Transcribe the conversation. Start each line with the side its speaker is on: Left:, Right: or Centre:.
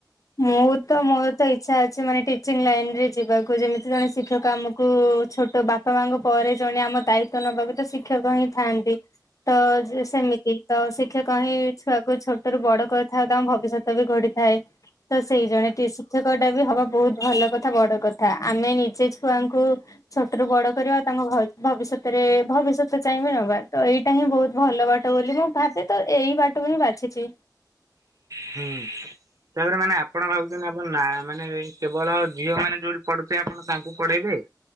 Left: ମୁଁ ତ ମୋର ତ ଇଚ୍ଛା ଅଛି ମାନେ ଟିଚିଂ ଲାଇନ୍ ରେ ଯିବାକୁ ଯେମିତି ଜଣେ ଶିକ୍ଷକ କାମକୁ କୁ, ଛୋଟ ବାପା ମାଙ୍କ ପରେ ଜଣେ ଆମ ଦାଇତ୍ୱ ନବାକୁ ତ ଶିକ୍ଷକ ହିଁ ଥାଆନ୍ତି ତ, ଯେ ସେମିତି ତ ଶିକ୍ଷକ ହିଁ ଛୁଆକୁ ଛୋଟ ରୁ ବଡ କରିଥାଏ। ତାଙ୍କ ଭବି ଭବିଷ୍ୟତ ବି ଗଡିଥାଏ ତ ସେଇ ଜଣେ କି ଶିକ୍ଷକ ଟା ବି ହବା ବହୁତ ଭଲ କଥା ବଡ କଥା ଆମେ ନିଜେ ଛୁଆଙ୍କୁ ଛୋଟ ରୁ ବଡ କରିବା। ଆଉ ତାଙ୍କ ଭ ଭବିଷ୍ୟତରେ ଭବିଷ୍ୟତ ଚାହିଁବା ନବା ତ ଏଇ ଏଇଟା ହିଁ ବହୁତ ଭଲ ବାଟ। ବୋଲି ମୁଁ ଭାବେ ତ ଏଇ ବାଟକୁ ହିଁ ବାଚିଛି
Right: ହୁଁ ତାପରେ ମାନେ ଆପଣ ଭାବୁଛନ୍ତି। ଆପଣ ନା ମାନେ କେବଳ ଝିଅ ମାନେ ଯୋଉଠି ପଢୁିଥିବେ ଆପଣ ତାଙ୍କୁ ପଢେଇବେ?